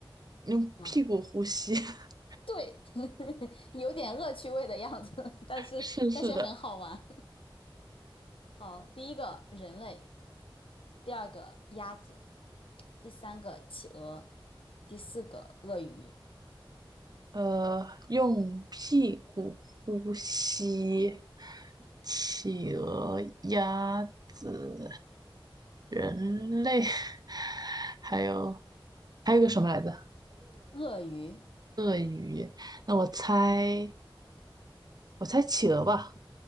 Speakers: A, on the right (about 50°); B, on the left (about 85°).
A: 听用屁股呼吸。
B: 啊，
A: <laughs>
B: 对，<laughs> 有点恶趣味的样子，<laughs> 但是但是很好玩。
A: 是是的，
B: 好，第一个人类，第二个鸭子，第三个企鹅，第四个鳄鱼。
A: 呃，用屁股呼吸，企鹅、鸭子、人类，<laughs> 还有还有个什么来着？
B: 鳄鱼，
A: 鳄鱼。那我猜，我猜企鹅吧。